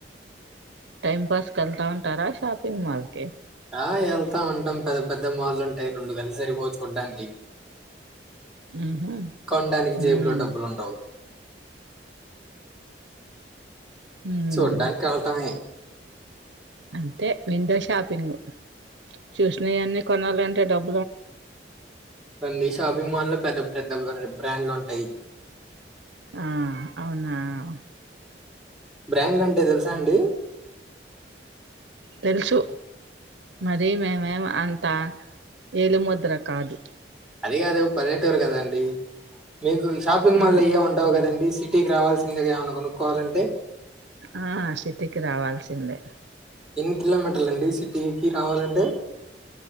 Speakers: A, on the right (about 85°); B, in the centre.
A: టైమ్ పాస్ కెల్తా ఉంటారా షాపింగ్ మల్కీ.? !
B: ఆ ఎళ్తా ఉంటాం పెద్ద పెద్ద మాళ్ళుంటాయి రెండు గళ్ళు సరిపోవు చూడ్డానికి.
A: ఊహూ.
B: కొనడానికి జేబులో
A: ఊ..
B: డబ్బులుండవు.
A: ఉమ్
B: చూడ్డానికెల్టమె.
A: అంటే విండో షాపింగ్. చూసినయన్నీ కొనాలన్.. టె డబ్...
B: అండి షాపింగ్ మల్ లో పెద్ద.. పెద్ద బ్రా బ్రాండ్లుంటాయ్.
A: ఆ అవునా. !
B: బ్రాండ్ అంటే తెలుసా అండి!?
A: తెలుసు. మరీ మేమేం అంత. ఏలుముద్ర కాదు.
B: అది గాదు పల్లెటూరు కదా అండి. మీకు ఈ షాపింగ్
A: ఆ
B: మాల్ అయ్యేం ఉండవు కదండి. సిటీకి రావాల్సిందేగా ఏమన్న కొనుక్కోవాలంటే.
A: ఆ సిటీకి రావాల్సిందే.
B: ఎన్ని కిలోమీటర్లండి సిటీకి రావాలంటే.